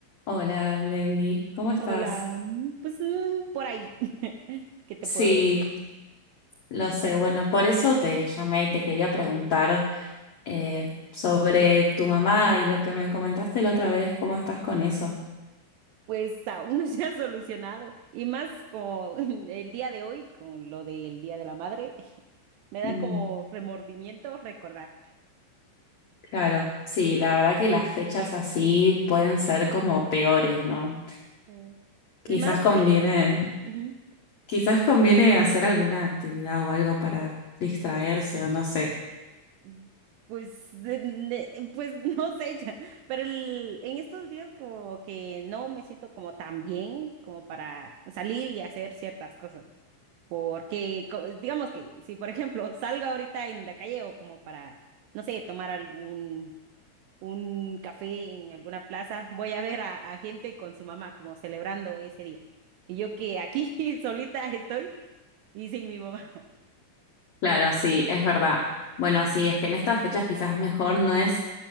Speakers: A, on the left (about 80°); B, on the right (about 80°).
A: Hola, Glendy, ¿cómo estás?
B: Hola, mm, pues mm, por ahí. <laughs> ¿Qué te
A: Sí,
B: puedo decir?
A: lo
B: Bueno,
A: sé. Bueno, por eso te llamé y te quería preguntar
B: mm,
A: eh, sobre tu mamá y lo que me comentaste la otra vez, ¿cómo estás con eso?
B: Pues aún no se ha solucionado. Y más como <laughs> el día de hoy, con lo del Día de la Madre, <laughs> me da
A: Mm,
B: como remordimiento recordar.
A: claro, sí, la verdad que las fechas así pueden ser como peores, ¿no?
B: Mm.
A: Quizás
B: Y más
A: conviene,
B: que, ujú,
A: quizás conviene hacer alguna actividad o algo para distraerse o no sé.
B: mm, pues, de- de- pues <laughs> no sé, ya, pero el- en estos días como que no me siento como tan bien como para salir y hacer ciertas cosas. Porque, co- digamos que si, por ejemplo, salgo ahorita en la calle o como para, no sé, tomar algún un café en alguna plaza, voy a ver a, a gente con su mamá como celebrando ese día. Y yo que aquí <laughs> solita estoy y sin mi mamá.
A: Claro, sí, es verdad. Bueno, sí, es que en estas fechas quizás mejor no es